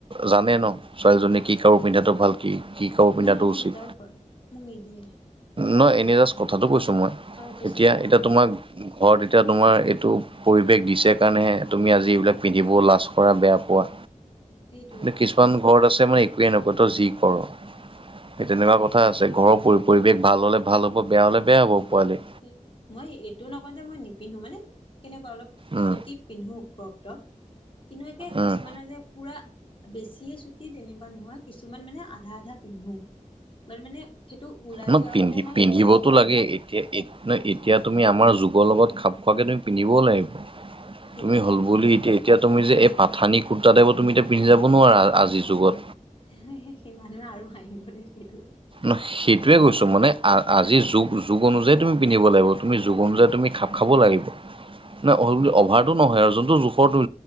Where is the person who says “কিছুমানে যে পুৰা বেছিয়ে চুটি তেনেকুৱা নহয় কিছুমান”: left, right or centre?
Left